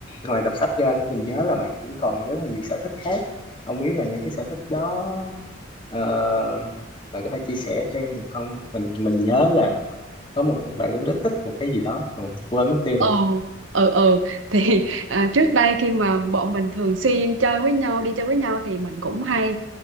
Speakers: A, on the left; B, on the right.
A: ngoài đọc sách ra mình nhớ là bạn cũng còn rất là nhiều sở thích khác không biết là những cái sở thích đó ờ, bạn có thể chia sẻ thêm được không mình mình nhớ là có một bạn cũng rất thích một cái gì đó mà quên mất tiêu
B: Ồ,
A: rồi
B: ừ ừ thì à, trước đây khi mà bọn mình thường xuyên chơi với nhau đi chơi với nhau thì mình cũng hay